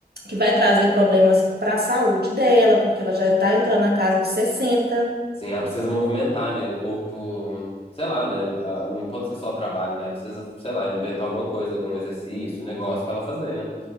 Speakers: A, on the right; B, on the left.
A: que vai trazer problemas para a saúde dela, porque ela já está entrando na casa de sessenta
B: Sim, ela precisa movimentar, né? O corpo, sei lá, né? Ah, Não pode ser só trabalho, né? Precisa, sei lá, inventar alguma coisa, ali, um exercício, um negócio pra ela fazer, né?